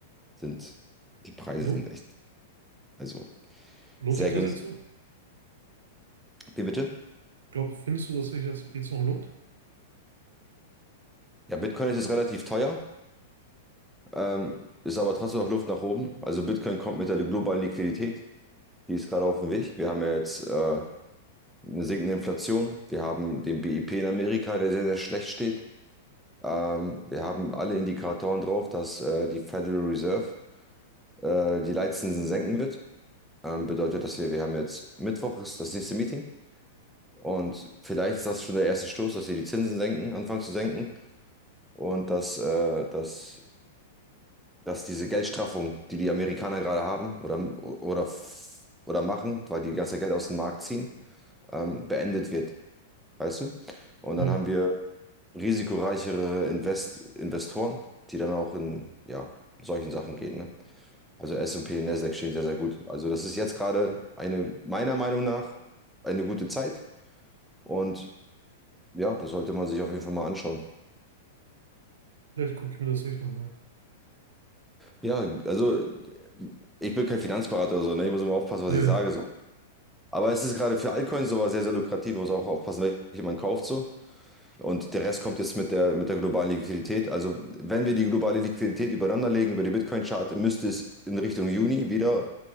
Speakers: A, in the centre; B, on the right (about 65°).
A: sind, die Preise
B: Lohnt,
A: sind echt, also
B: lohnt
A: sehr
B: sich das
A: günstig.
B: jetzt noch?
A: Wie bitte?
B: Glaub, findest du, dass sich das jetzt noch lohnt?
A: Ja, Bitcoin ist jetzt relativ teuer. Ähm, ist aber trotzdem noch Luft nach oben. Also Bitcoin kommt mit der globalen Liquidität. Die ist gerade auf dem Weg. Wir haben ja jetzt äh, eine sinkende Inflation. Wir haben den BIP in Amerika, der sehr, sehr schlecht steht. Ähm, wir haben alle Indikatoren drauf, dass äh, die Federal Reserve äh, die Leitzinsen senken wird. Ähm, bedeutet, dass wir, wir haben jetzt Mittwoch ist das nächste Meeting. Und vielleicht ist das schon der erste Stoß, dass sie die Zinsen senken, anfangen zu senken und dass, äh, dass dass diese Geldstraffung, die die Amerikaner gerade haben oder, oder, oder machen, weil die die ganze Geld aus dem Markt ziehen, ähm, beendet wird, weißt du? Und
B: Ja.
A: dann haben wir risikoreichere Invest Investoren, die dann auch in ja, solchen Sachen gehen. Ne? Also S&P und P und Nasdaq stehen sehr, sehr gut. Also das ist jetzt gerade eine, meiner Meinung nach, eine gute Zeit. Und ja, das sollte man sich auf jeden Fall mal anschauen.
B: Vielleicht gucke ich mir das echt nochmal an.
A: Ja, also ich bin kein Finanzberater oder so, ne? Ich muss immer aufpassen, was
B: Ja,
A: ich
B: ja.
A: sage. So. Aber es ist gerade für Altcoins sowas sehr, sehr lukrativ. Man muss auch aufpassen, welche man kauft so. Und der Rest kommt jetzt mit der, mit der globalen Liquidität. Also wenn wir die globale Liquidität übereinander legen über die Bitcoin-Chart, müsste es in Richtung Juni wieder